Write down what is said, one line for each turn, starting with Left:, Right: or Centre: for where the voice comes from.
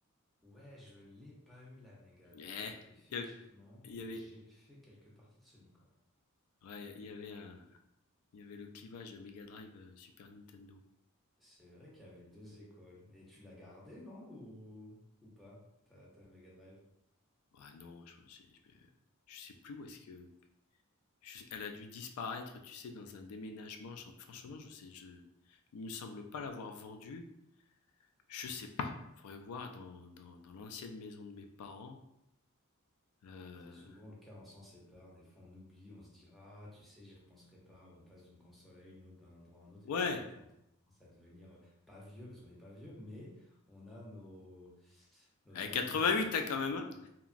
Centre: ouais, je l'ai pas eu la Mega
Left: Ouais.
Centre: Drive, effectivement,
Left: Il y avait,
Centre: mais
Left: il y avait,
Centre: j'ai fait quelques parties de Sonic, ouais.
Left: ouais, il y avait un, il y avait le clivage Mega Drive euh, Super Nintendo.
Centre: C'est vrai qu'il y avait deux écoles. Et tu l'as gardée, non? Ou, ou pas, ta, ta Mega Drive?
Left: Ah non, je, je, je, je sais plus où est-ce que. je- elle a dû disparaître, tu sais, dans un déménagement. J'en- franchement, je sais, je, il me semble pas l'avoir vendue. Je sais pas. Faudrait voir dans, dans, dans l'ancienne maison de mes parents. Euh,
Centre: C'est souvent le cas, on s'en sépare, des fois on oublie, on se dit Ah, tu sais, j'y repenserai pas, ou on passe d'une console à une autre, d'un endroit à un autre,
Left: ouais,
Centre: et puis en fait, quand on commence à devenir euh, pas vieux, parce qu'on n'est pas vieux, mais on a nos... notre
Left: elle est
Centre: Madeleine
Left: 88
Centre: de Proust
Left: hein, quand
Centre: qui
Left: même.
Centre: nous rappelle.
Left: hein.